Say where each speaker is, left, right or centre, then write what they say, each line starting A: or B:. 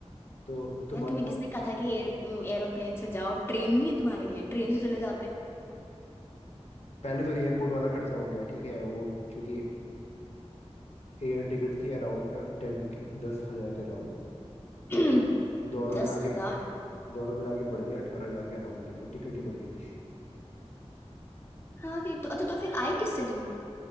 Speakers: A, on the left; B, on the left.
A: तो तुम्हारे
B: यार तुम्हें किसने कहा था कि एयर एरोप्लेन से जाओ ट्रेन नहीं है तुम्हारे लिए ट्रेन से चले जाते
A: पहले तो एयरपोर्ट वाला खर्चा हो गया ठीक है वो क्योंकि एयर टिकट थी अराउंड टेन के दस हजार के अराउंड
B: <clears throat>
A: दोनों मिला
B: दस हजार
A: के दोनों मिला के बढ़ गई अठारह हजार के अराउंड की तो टिकट ही बढ़ गई थी
B: हाँ फिर तो अच्छा तो फिर आए किससे तुम